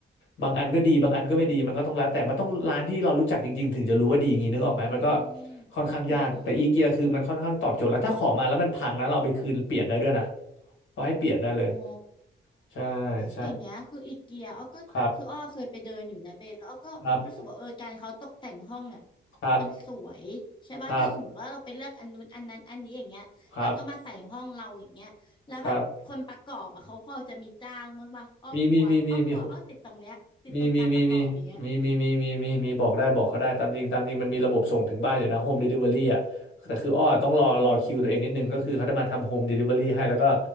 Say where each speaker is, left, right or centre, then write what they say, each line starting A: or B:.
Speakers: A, on the left (about 80°); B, on the left (about 25°).
A: บางอันก็ดีบางอันก็ไม่ดีมันก็ต้องแล้วแต่มันต้องร้านที่เรารู้จักจริงๆถึงจะรู้ว่าดีอย่างนี้นึกออกไหมมันก็
B: อืมอืมอืมอืม
A: ค่อนข้างยากแต่อีเกียคือมันค่อนข้างตอบโจทย์แล้วถ้าของมาแล้วมันพังนะเราเอาไปคืนเปลี่ยนได้ด้วยนะเขาให้เปลี่ยนได้เลย
B: อ๋อ
A: ใช่ใช่
B: อย่างเงี้ยคืออีเกียอ้อก็คืออ้อเคยไปเดินอยู่นะเบนแล้วอ้อก็รู้สึกว่าเออการเขาตกแต่งห้องอ่ะ
A: ครับครับครับ
B: มันสวยใช่ป่ะถ้าสมมติว่าเราไปเลือกอันนู้นอันนั้นอันนี้อย่างเงี้ยแล้วก็มาใส่ห้องเราอย่างเงี้ยแล้วแบบคนประกอบอ่ะเขาพอจะมีจ้างบ้างป่ะอ้อกลัวอ้อกลัวอ้อติดตรงเนี้ยติดตรงการประกอบอย่างเงี้ย
A: ครับครับครับมีมีมีมีมี มีมีมีมีมีมีมีมีมีมีบอกได้บอกเขาได้ตามจริงตามจริงมันมีระบบส่งถึงบ้านอยู่นะโฮมเดลิเวอรี่อ่ะแต่คืออ้อต้องรอรอคิวตัวเองนิดนึงก็คือเขาจะมาทำโฮมเดลิเวอรี่ให้แล้วก็
B: อืม